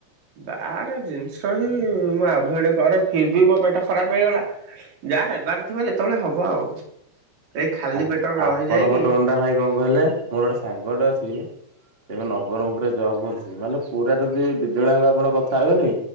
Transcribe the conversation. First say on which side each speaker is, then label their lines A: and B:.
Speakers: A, on the right (about 80°); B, on the right (about 20°).
A: ବାହାର ଜିନିଷ ବି, ମୁଁ ଆଭଏଡ଼୍ କରେ। ଫିର୍ ବି ମୋ ପେଟ ଖରାପ୍ ହେଇଗଲା। ଯାହା ହେବାର ଥିବ, ଯେତେବେଳେ ହବ ଆଉ। ଏଇ ଖାଲି
B: ଆ
A: ପେଟରେ ରହିଯାଇକି
B: -ଆପଣଙ୍କ ଟୋନ୍ ଟା ଭାଇ କଣ କହିଲେ? ମୋର ଗୋଟେ ସାଙ୍ଗଟେ ଅଛି। ସେ ଏବେ ନବରଙ୍ଗପୁରେ ଜବ୍ କରୁଚି। ମାନେ ପୁରା ଯଦି, ଦି ଜଣଆଙ୍କ ଆପଣ କଥା ହବେନି!